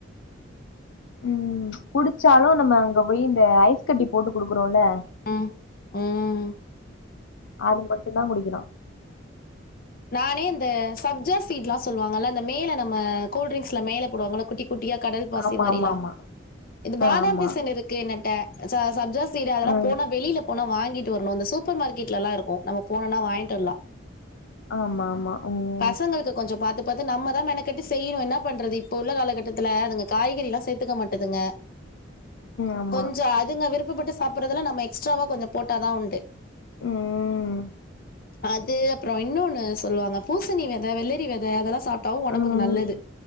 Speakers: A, on the left; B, on the left.
A: ம் குடிச்சாலு நம்ம அங்க போய் இந்த ஐஸ் கட்டி போட்டு குடுக்குறோல்ல
B: ம் ம்
A: அது மட்டுந்தா குடிக்கிரா
B: நானே இந்த சப்ஜா சீ்ட்ல்லா சொல்லுவாங்கல்ல அந்த மேல நம்ம கூல்ட்ரிங்க்ஸ்ல மேல போடுவாங்கள குட்டி குட்டியா கடல் பாசி
A: ஆமா
B: மாரில்லா
A: ஆமா
B: இது பாதாம்
A: ஆமா
B: பிசின் இருக்கு என்னட்ட ச ச சப்ஜா சீ சீட் அதெல்லாம்
A: ஆ
B: போனா வெளில போனா வாங்கிட்டு வரனுந்த சூப்பர் மார்கெட்லல்லா இருக்கூ நம்ம போனா வாய்ன்ட்டு வர்லா
A: ஆமா ஆமா ம்
B: பசங்களுக்கு கொஞ்சோ பாத்து பாத்து நம்மதா மெனக்கட்டி செய்யணு என்னா பண்றது இப்ப உள்ள காலகட்டத்துல அதுங்க காய்கறில்லா சேத்துக்க மாட்டுதுங்க
A: ஆமா ஆமா
B: கொஞ்சோ அதுங்க விருப்பப்பட்டு சாப்பிறதுல நம்ம எக்ஸ்ட்ராவா கொஞ்சொ போட்டாதா உண்டு
A: ம்
B: அது அப்புறொ இன்னொன்னு சொல்லுவாங்க பூசணி வெத வெள்ளரி வெத அதெல்லா சாப் ட்டா ஒடம்புக்கு
A: ம் ஆமா ம் ம்
B: நல்லது